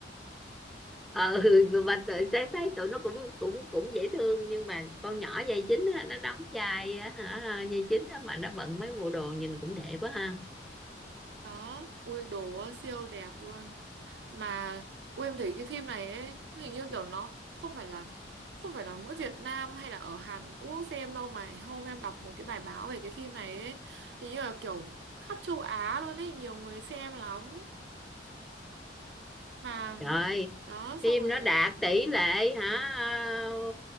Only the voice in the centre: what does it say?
ờ <laughs> mà tự thấy thấy tụi nó cũng cũng cũng dễ thương nhưng mà con nhỏ vai chính á, nó đóng vai á, hả vai chính á, mà nó bận mấy bộ đồ nhìn cũng đẹp quá ha
Trời,
phim
nó đạt tỷ lệ hả ờ,